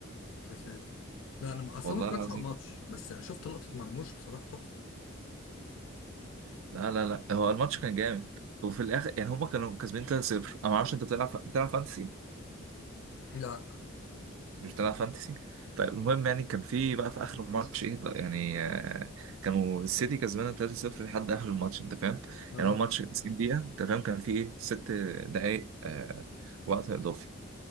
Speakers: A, on the left; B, on the right.
A: يا ساتر لا انا ما- اصلا
B: والله
A: ما اتفرجتش
B: العظيم
A: على الماتش بس شفت لقطه مرموش بصراحه تحفه
B: لا لا لا هو الماتش كان جامد وفي الاخر يعني هما كانوا كسبانين 3-0 انا ما اعرفش انت بتلعب بتلعب فانتسي
A: لا
B: مش بتلعب فانتسي طيب المهم يعني كان في بقى في اخر الماتش ايه بقى يعني آه كانوا السيتي كسبانه 3-0 لحد اخر الماتش انت فاهم
A: لا
B: يعني هو ماتش 90 دقيقة انت فاهم كان في ايه ست دقايق آه وقت اضافي